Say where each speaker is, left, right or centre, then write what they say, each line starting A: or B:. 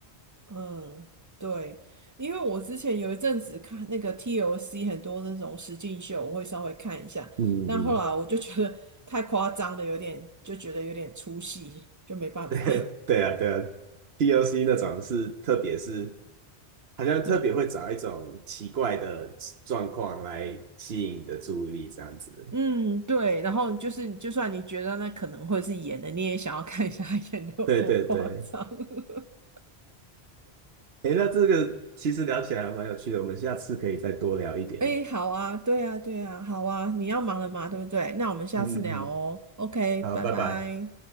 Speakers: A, on the right; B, on the right.
A: 嗯对，因为我之前有一阵子看那个 t O c 很多那种实境秀，我会稍微看一下，
B: 嗯嗯。
A: 但后来我就觉得太夸张了，有点就觉得有点出戏，就没办法。
B: <laughs> 对啊，对啊 d O c 那种是，特别是
A: <laughs>
B: 好像特别会找一种奇怪的状况来吸引你的注意力，
A: 对。
B: 这样子。
A: 嗯，对，然后就是，就算你觉得那可能会是演的，你也想要看一下他演的有多夸张。
B: 对对对，
A: <laughs>
B: 诶，那这个其实聊起来还蛮有趣的，我们下次可以再多聊一点。
A: 哎好啊，对啊，对啊，好啊，你要忙了嘛，对不对？那我们下次聊哦。
B: 嗯嗯，嗯
A: OK，
B: 好，
A: 拜拜。
B: 拜拜。